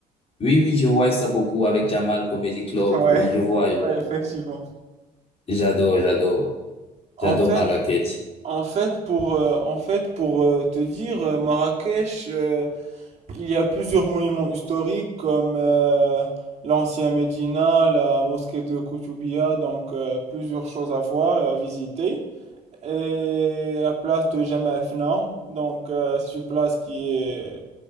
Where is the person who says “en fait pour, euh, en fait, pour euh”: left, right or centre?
Right